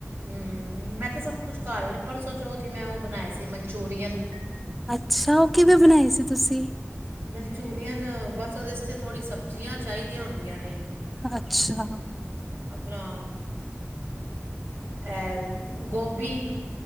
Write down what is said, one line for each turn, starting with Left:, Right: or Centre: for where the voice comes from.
Right: ਹਮ, ਮੈਂ ਤੇ ਸਭ ਕੁਛ ਘਰ ਪਰਸੋ- ਚੋਥ ਕਿ ਮੈਂ ਉਹ ਬਣਾਇਆ ਸੀ ਮਨਚੂਰੀਅਨ।
Centre: ਅੱਛਾ ਉਹ ਕਿਵੇਂ ਬਣਾਈ ਸੀ ਤੁਸੀਂ?
Right: ਮਨਚੂਰੀਅਨ ਬਸ ਉਹਦੇ ਵਾਸਤੇ ਥੋੜੀ ਸਬਜ਼ੀਆਂ ਚਾਹੀਦੀਆਂ ਹੁੰਦੀਆਂ ਨੇ
Centre: ਅੱਛਾ
Right: ਆਪਣਾ ਏਹ ਗੋਭੀ